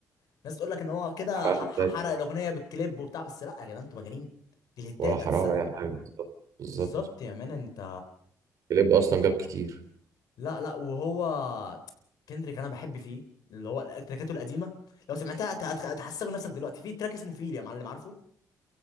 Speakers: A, on the left (about 85°); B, on the right (about 65°).
A: الناس تقول لك ان هو كده
B: حرارة
A: ح- ح-
B: ده
A: حرق الاغنيه بالكليب وبتاع بس لا يا جدعان انتوا مجانين دي الهتايه
B: ولا
A: بتاعت
B: حراره
A: السنه
B: ولا اي حاجه بالظبط بالظبط
A: بالظبط يا مان انت
B: الكليب اصلا جاب كتير
A: لا لا وهو كندريك انا بحب فيه اللي هو التراكاته القديمه لو سمعتها هت- هت- هتحسسك نفسك دلوقتي في تراك اسمه فيل يا معلم عارفه